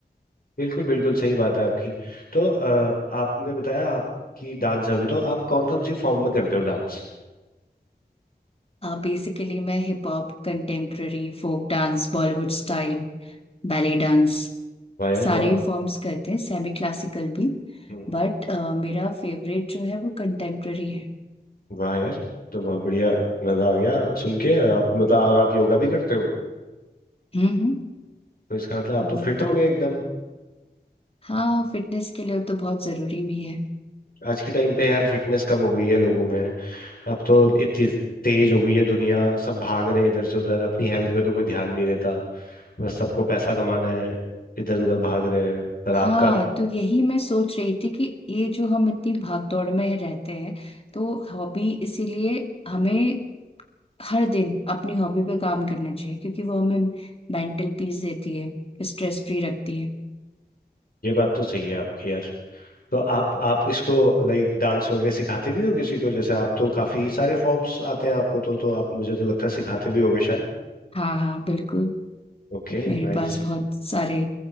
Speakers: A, on the left (about 60°); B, on the left (about 35°).
A: बिल्कुल बिल्कुल सही बात है आपकी तो अ, आपने बताया आपकी डांस है अभी तो आप कौन कौन सी फॉर्म में करते हो डांस
B: बेसिकली मैं hip hop contemporary folk dance Bollywood style ballet dance
A: वाह यार
B: सारे
A: वाह
B: ही फॉर्म्स करते हैं सेमी क्लासिकल भी
A: हम्म,
B: बट मेरा फेवरेट जो है वो कंटेम्प्ररी है
A: वाह यार तो बहुत बढ़िया मजा आ गया सुन के आप मतलब और आप योगा भी करते हो
B: हम्म हम्म
A: तो इसका मतलब आप
B: वो
A: तो फिट हो
B: तो
A: गए एकदम
B: हाँ फिटनेस के लिए वो तो बहुत ज़रूरी भी है
A: आज के टाइम पे यार फिटनेस कम हो गई है लोगों में अब तो इतनी तेज हो गई है दुनिया सब भाग रहे हैं इधर से उधर अपनी हेल्थ पे तो कोई ध्यान नहीं देता बस सबको पैसा कमाना है इधर उधर भाग रहे हैं पर आपका
B: हाँ तो यही मैं सोच रही थी कि ये जो हम इतनी भागदौड़ में रहते हैं तो हॉबी इसीलिए हमें हर दिन अपनी हॉबी पे काम करना चाहिए क्योंकि वो हमें मेंटल पीस देती है स्ट्रेस फ्री रखती है
A: ये बात तो सही है आपकी यार तो आप आप इसको लाइक डांस वगैरह सिखाते भी हो किसी को जैसे आप तो काफी सारे फॉर्म्स आते हैं आपको तो तो आप मुझे तो लगता है सिखाते भी होगे शायद
B: हाँ हाँ बिल्कुल
A: Okay
B: मेरे
A: nice
B: पास बहुत सारे